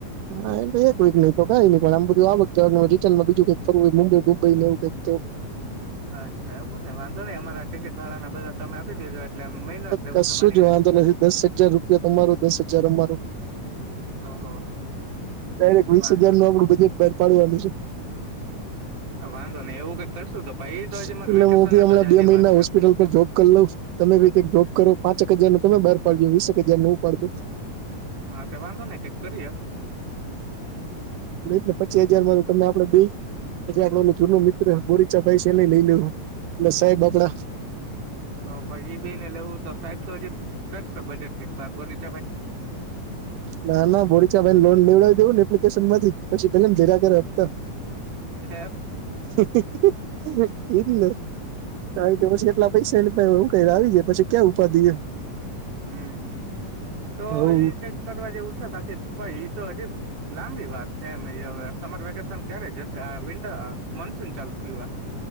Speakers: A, on the right; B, on the right.
A: હા એટલે એક કોઈક નઈ તો ક નહી પણ આમ બધું આવક તનમાં બીજું કઈ ફરું હોય મુંબઈબઈ એવું કંઈક તો
B: અચ્છા એવું ને વાંધો નઈ અમારા ટિકિટ ભાડાને બધા તમે આપી દેજો. એટલે અમે મહિનો રહેવું
A: કશું
B: તમારી
A: જ
B: એરે
A: વાંધો નથી દસ હજાર રૂપિયા તમારો દસ હજાર અમારો
B: ઓહો
A: ડાયરેક વીસ
B: વાંધો
A: હજાર નું આપણું બજેટ બહાર પાડવાનું છે.
B: વાંધો નહી એવું કંઈક કરશું તો એ તો હજી
A: એટલે
B: મા વેકેશન
A: હું બી
B: ને
A: હમણાં
B: તો જાજી
A: બે મહિના
B: વાત છે.
A: હોસ્પિટલ પર જોબ કરી લાવ તમે બી કઈક જોબ કરો પાંચ હગ જાર ને તમે બહાર પાડજો વીસ હગ જાર નું પડજો
B: હા તે વાંધો નઈ કઈક કરીએ
A: ને પચી હજાર મારું તમે આપડે બે પછી આપડો જૂનો મિત્ર બરીચા ભાઈ છેને લઈ લેવ અને સાહેબ આપડા
B: તો પછી એ બેને લેવું તો સાઈડ તો હજી કરશે બજેટ ફ બાર બોરી
A: ના ના ભોળચા ભાઈ લોન લેવડાવી દેવ ને એપ્લિકેશન માંથી પછી પેલામ ધીરાકતા
B: હે
A: હા હા. હાએને કઈ
B: હે
A: કે પછી એટલા પૈસા ક આવી જાય પછી કે્યામ ઉપાધિ
B: હમ હમ તો
A: હવ
B: એ કઈક કરવા જેવું છે બાકી પાઈ તો હજી લાંબી વાત છેમ સમર વેકેશન ક્યારે જશે વિન્ટર મોણસૂન ચાલુ થયું